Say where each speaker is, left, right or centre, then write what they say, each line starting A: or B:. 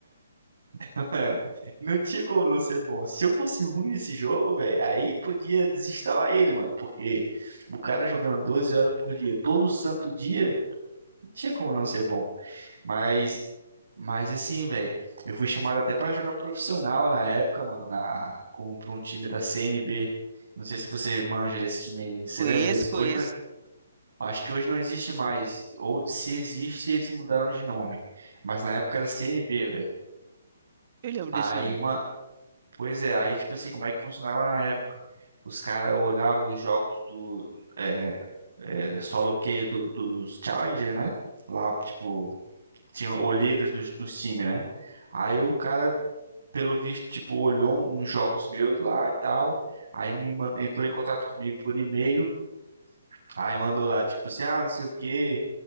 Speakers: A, on the right; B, on the right.
A: <laughs> Não tinha como não ser bom. Se eu fosse ruim nesse jogo, velho, aí podia desinstalar ele, mano. Porque o cara jogando 12 horas por dia, todo santo dia, não tinha como não ser bom. Mas, mas assim, velho, eu fui chamado até pra jogar profissional na época, mano, na, com, pra um time da C N B Não sei se você manja desse time aí. Você
B: Conheço,
A: lembra desse?
B: conheço,
A: Hoje não- acho que hoje não existe mais. Ou se existe, eles mudaram de nome. Mas na época era C N B velho.
B: eu lembro
A: Aí,
B: desse nome.
A: mano. Pois é, aí tipo assim, como é que funcionava na época? Os caras olhavam os jogos do é, é, solo Q do, dos Challenger, né? Lá, tipo, tinha olheiros dos, dos times, né? Aí o cara, pelo visto, tipo, olhou um, uns jogos meus lá e tal. Aí me man- entrou em contato comigo por e-mail. Aí mandou lá, tipo assim, ah, não sei o quê.